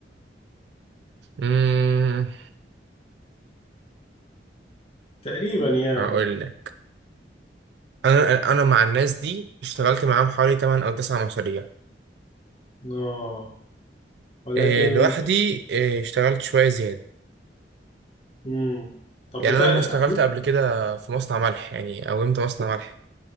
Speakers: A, on the right; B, on the left.
A: امم
B: تقريبا يعني
A: هقول لك انا انا مع الناس دي اشتغلت معاهم حوالي 8 او 9 مشاريع
B: اه ولكن
A: إيه لوحدي إيه اشتغلت شوية زيادة
B: مم. طب
A: يعني
B: بتاع
A: انا اشتغلت قبل كده في مصنع ملح يعني قومت مصنع ملح